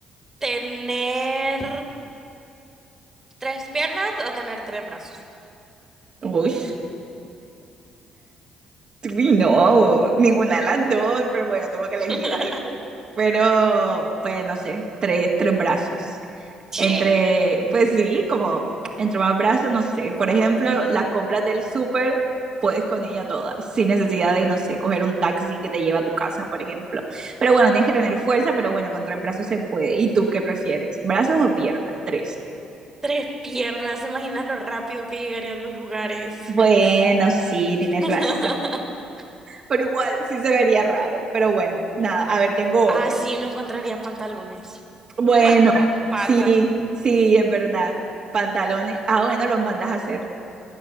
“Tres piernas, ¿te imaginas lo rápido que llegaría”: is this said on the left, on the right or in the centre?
Right